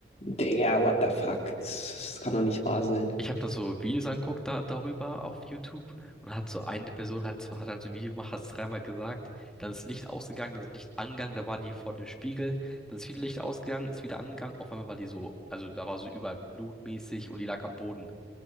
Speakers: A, on the left; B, in the centre.
A: Digga, what the fuck? Das, das kann doch nicht wahr sein.
B: Ich habe da so Videos angeguckt da, darüber auf YouTube und hat so eine Person halt so, hat halt so ein Video gemacht, hat es dreimal gesagt, dann ist Licht ausgegangen, dann ist Licht angegangen, da war die vor dem Spiegel, dann ist wieder Licht ausgegangen, ist wieder angegangen, auf einmal war die so, also da war so überall blutmäßig und die lag am Boden.